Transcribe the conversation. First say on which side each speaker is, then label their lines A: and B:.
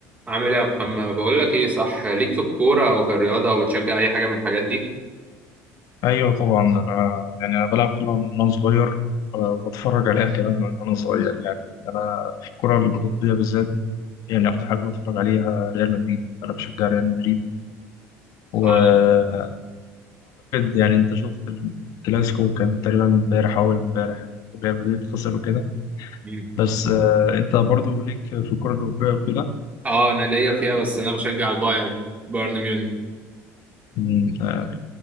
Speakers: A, on the right; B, on the left.
A: عامل ايه يا محمد بقول لك ايه صح ليك في الكوره او في الرياضه او بتشجع اي حاجه من الحاجات دي
B: ايوه طبعا انا يعني انا بلعب كوره من وانا صغير آه، وبتفرج عليها كمان من وانا صغير يعني انا في الكره الاوروبيه بالذات يعني اكتر حاجه بتفرج عليها ريال مدريد انا بشجع ريال مدريد واعتقد
A: اه
B: يعني انت شفت الكلاسيكو كان تقريبا امبارح او اول امبارح ريال مدريد خسر وكده
A: مم.
B: بس آه، انت برضو ليك في الكره الاوروبيه وكده
A: اه انا ليا فيها بس انا بشجع البايرن بايرن ميونخ
B: يعني، آه،